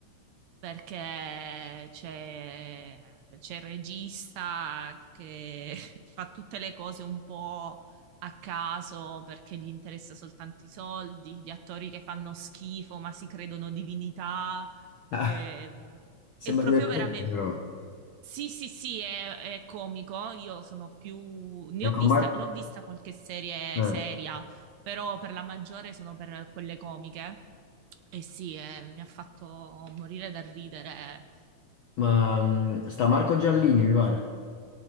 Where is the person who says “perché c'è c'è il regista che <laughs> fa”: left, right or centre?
Right